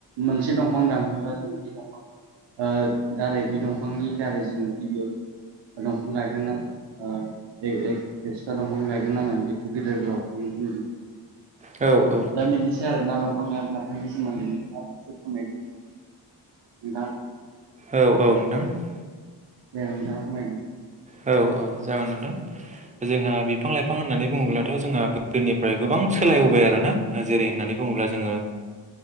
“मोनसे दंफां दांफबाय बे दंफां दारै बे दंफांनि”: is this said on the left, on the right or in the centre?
Right